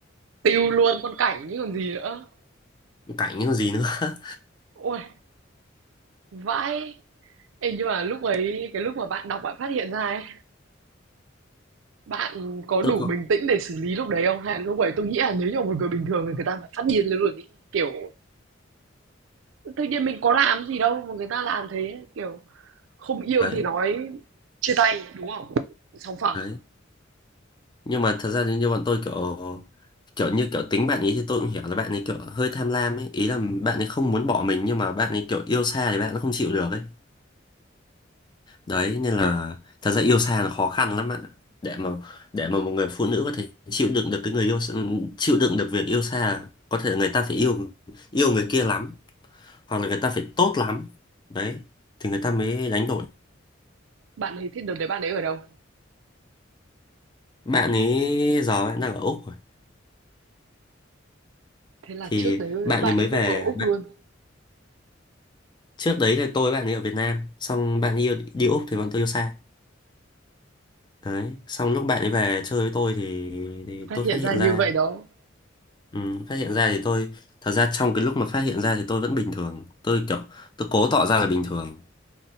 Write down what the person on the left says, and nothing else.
cảnh những gì nữa <laughs>
tôi
có
đấy
đấy nhưng mà thật ra thì như bọn tôi kiểu kiểu như kiểu tính bạn ấy thì tôi cũng hiểu là bạn ấy kiểu hơi tham lam ấy ý là bạn ấy không muốn bỏ mình nhưng mà bạn ấy kiểu yêu xa thì bạn nó không chịu được ấy đấy nên là thật ra yêu xa là khó khăn lắm bạn ạ để mà để mà một người phụ nữ có thể chịu đựng được cái người yêu chịu đựng được việc yêu xa là có thể người ta phải yêu yêu người kia lắm hoặc là người ta phải tốt lắm đấy thì người ta mới đánh đổi
bạn ấy giờ bạn đang ở Úc rồi
thì
bạn
ấy mới
về
trước đấy là tôi với bạn ấy ở Việt Nam xong bạn ấy yêu đi Úc thì bọn tôi yêu xa đấy xong lúc bạn ấy về chơi với tôi thì thì
tôi
phát hiện
ra
ừ, phát hiện ra thì tôi thật ra trong cái lúc mà phát hiện ra thì tôi vẫn bình thường tôi kiểu tôi cố tỏ ra là bình thường